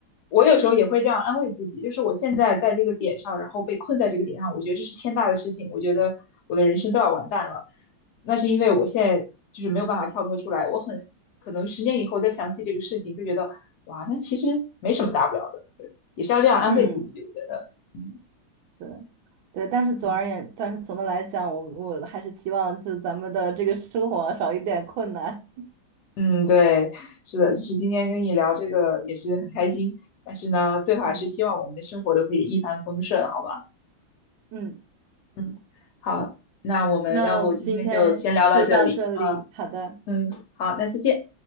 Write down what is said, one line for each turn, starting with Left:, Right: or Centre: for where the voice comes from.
Left: 我有时候也会这样安慰自己，就是我现在在这个点上，然后被困在这个点上，我觉得这是天大的事情，我觉得我的人生都要完蛋了。那是因为我现在就是没有办法跳脱出来，我很可能十年以后再想起这个事情，就觉得哇，那其实没什么大不了的，对也是要这样安慰自己，
Right: 嗯，
Left: 我觉得，嗯
Right: 对，对，但是总而言，
Left: 嗯
Right: 但是总的来讲，我我还是希望就是咱们的这个生活少一点困难，
Left: 嗯，对，是的，就是今天跟你聊这个也是很开心，但是呢，最后还是希望我们的生活都可以一帆风顺，
Right: 嗯
Left: 好吧？
Right: 嗯，
Left: 嗯，好，那我们要不今天就先聊到这里，
Right: 那我们今天就到这里，
Left: 啊，
Right: 好的。
Left: 嗯，好，那再见。